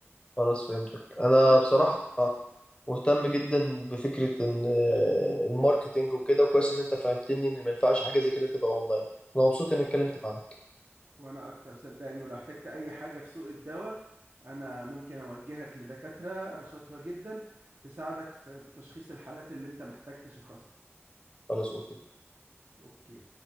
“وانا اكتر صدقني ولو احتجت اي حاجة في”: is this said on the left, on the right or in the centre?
Right